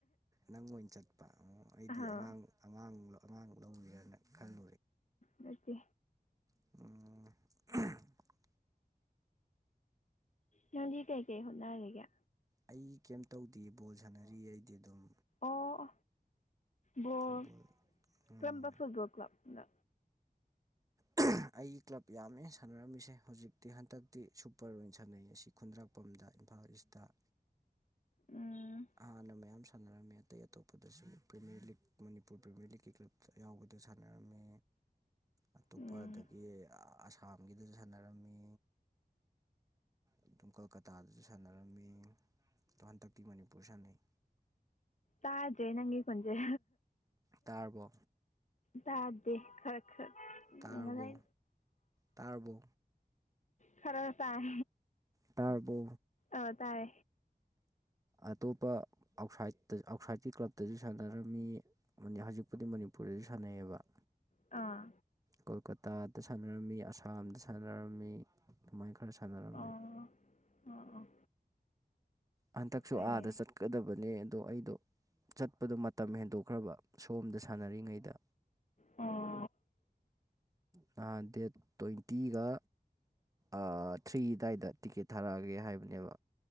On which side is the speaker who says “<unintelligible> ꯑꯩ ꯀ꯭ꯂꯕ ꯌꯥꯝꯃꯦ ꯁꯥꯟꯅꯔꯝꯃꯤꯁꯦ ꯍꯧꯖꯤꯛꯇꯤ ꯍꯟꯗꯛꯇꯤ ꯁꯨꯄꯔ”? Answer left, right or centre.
Right